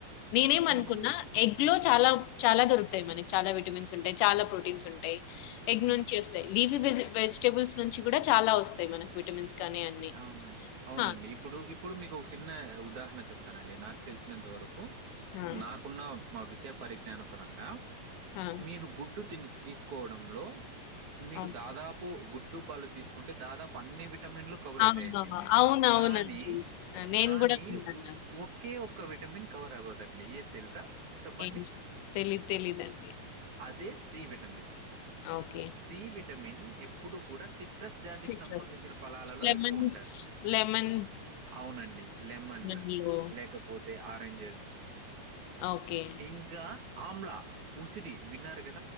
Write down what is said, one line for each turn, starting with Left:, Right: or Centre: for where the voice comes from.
Left: నేను ఏమ్
Right: అవును.
Left: అనుకున్న ఎగ్ లో చాలా చాలా దొరుకుతాయి మనకి చాలా విటమిన్స్ ఉంటాయి చాలా ప్రోటీన్స్ ఉంటాయి ఎగ్
Right: హ్మ్.
Left: నుంచి వస్తాయి లీఫీ వె వెజిటబుల్స్ నుంచి కూడా చాలా వస్తాయి మనకు విటమిన్స్ కానీ అన్నీ.
Right: అవునడి అవునండి
Left: ఆ!
Right: ఇప్పుడు ఇప్పుడు మీకు ఒక చిన్న ఉదాహరణ హరణ చెప్తానండి నాకు తెలిసినంత వరకు
Left: ఆ!
Right: నాకున్న మా విషయ పరిజ్ఞాన పరంగా
Left: ఆ!
Right: మీరు గుడ్డు తి తీసుకోవడంలో మీకు
Left: అవును.
Right: దాదాపు గుడ్డు పాలు తీసుకుంటే దాదాపు అన్ని విటమిన్లు కవర్ అవుతాయండి
Left: అవును. అవునవునండి.
Right: కానీ
Left: ఆ! నేను
Right: కానీ
Left: గూడా విన్నాను.
Right: ఒకే ఒ విటమిన్ కవర్ అవ్వదండి ఏ తెలుసా చెప్పండి.
Left: ఏం తెలీదు తెలీదండి
Right: అదే C vitamin
Left: okay.
Right: C vitamin ఎప్పుడు కూడా సిట్రస్ జాతికి
Left: సిట్రస్
Right: సంబంధించిన ఫలాలలో ఎక్కువుంటది.
Left: <unintelligible> లెమన్స్
Right: అవునండి లెమన్
Left: లెమన్‌లో
Right: లేకపోతే ఆరెంజెస్
Left: ఓకే.
Right: ఇంకా ఆమ్లా ఉసిరి విన్నారుగదా